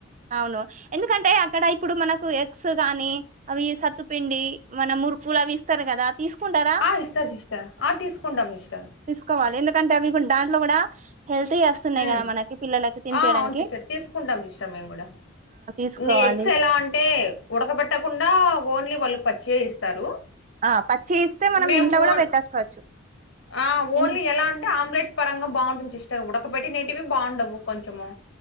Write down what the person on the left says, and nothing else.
ఆ ఇస్తార్ సిస్టర్ ఆ తీసుకుంటాం ఇష్టర్
ఉమ్
ఆ అవును సిస్టర్ తీసుకుంటాం జిస్టా మేము గూడా
నీ ఎక్స్ ఎలా అంటే ఉడకబెట్టకుండా ఓన్లీ వాళ్ళు పచ్చియే ఇస్తారు.
మేము
ఓన్
ఆ ఓన్లీ
ఎలా అంటే ఆమ్లెట్ పరంగా బావుంటుంది సిస్టర్ ఉడకబట్టి నేటివి బావుండవు కొంచెము